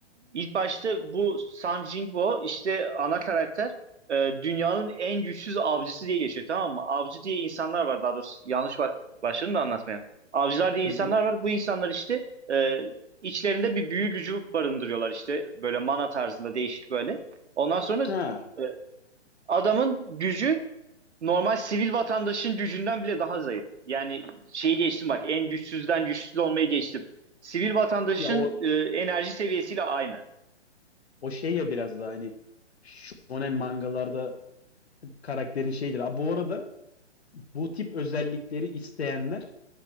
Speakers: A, on the right (about 70°); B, on the left (about 60°).
A: İlk başta bu Sun Jingwo işte ana karakter e, dünyanın en güçsüz avcısı diye geçiyor tamam mı? Avcı diye insanlar var daha doğrusu yanlış ba- başladım da anlatmaya. Avcılar diye
B: Hı
A: insanlar
B: hı.
A: var. Bu insanlar işte e, içlerinde bir büyü gücü barındırıyorlar işte böyle mana tarzında değişik böyle. Ondan sonra
B: Ha.
A: e, adamın gücü normal sivil vatandaşın gücünden bile daha zayıf. Yani şeyi geçtim bak en güçsüzden güçsüz olmayı geçtim. Sivil vatandaşın
B: Ya o
A: e, enerji seviyesiyle aynı.
B: o şey ya biraz da hani shonen mangalarda karakterin şeydir. Aa, bu arada bu tip özellikleri isteyenler